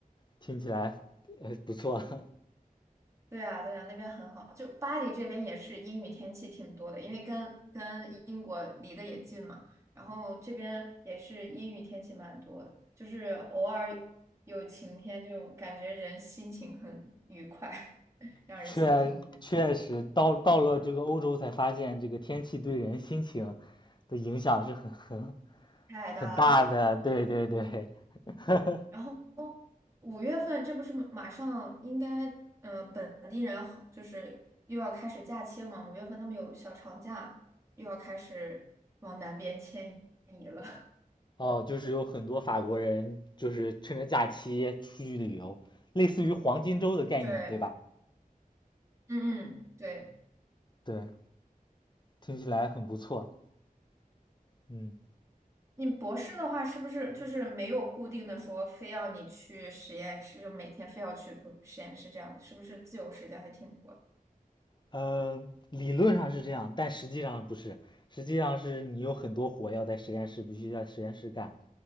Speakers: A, on the left (about 30°); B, on the right (about 20°).
A: 听起来呃不错。<laughs>
B: 对啊，对啊，那边很好。就巴黎这边也是阴雨天气挺多的，因为跟跟英国离得也近嘛，然后这边也是阴雨天气蛮多的，就是偶尔有晴天，就感觉人心情很愉快，<laughs> 让人心情很
A: 确确实到到了这个欧洲才发现，这个天气对人心情的影响是很很
B: 太大了。
A: 很大的。对对对，<laughs>
B: 然后五月份这不是马上应该，嗯、本地人好就是又要开始假期了嘛，五月份他们有小长假，又要开始往南边迁移了。
A: 哦，就是有很多法国人就是趁着假期出去旅游，类似于黄金周的概念，
B: <laughs> 对，
A: 对吧？
B: 嗯嗯，对，
A: 对，听起来很不错。嗯，
B: 你博士的话，是不是就是没有固定的说非要你去实验室，就每天非要去不实验室这样子，是不是自由时间还挺多的？
A: 呃，理论上是这样，但实际上不是，实际上是你有很多活要在实验室必须在实验室干，